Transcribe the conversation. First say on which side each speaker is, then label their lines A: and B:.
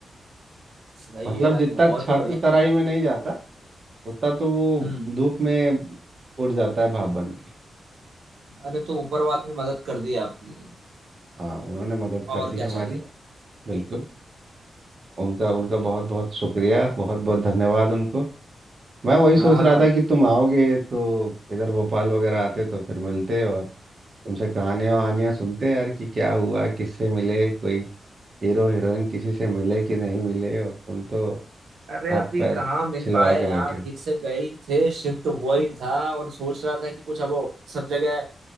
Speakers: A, on the right (about 85°); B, on the right (about 40°).
A: सही
B: मतलब
A: है भाई
B: जितना
A: बहुत
B: छत
A: ही बढ़िया
B: तराई में नहीं जाता उतना तो वो
A: हम्म
B: धूप में उड़ जाता है भाप बन के
A: अरे तो ऊपर वाले ने मदद कर दी आपकी
B: हाँ उन्होंने मदद कर
A: और क्या
B: दी हमारी
A: चाहिए
B: बिल्कुल उनका उनका बहुत बहुत शुक्रिया बहुत बहुत धन्यवाद उनको मैं वही
A: हाँ
B: सोच रहा था कि तुम आओगे तो इधर भोपाल वगैरह आते तो फिर मिलते और तुमसे कहानियां वहानियां सुनते यार कि क्या हुआ किससे मिले कोई हीरो हीरोइन किसी से मिले कि नहीं मिले और तुम तो
A: अरे
B: हाथ
A: अभी
B: पैर
A: कहाँ मिल
B: छिलवा
A: पाए
B: के
A: यार
B: बैठे
A: ठीक
B: हो
A: से गए थे शिफ्ट हुआ ही था और सोच रहा था कि कुछ अब सब जगह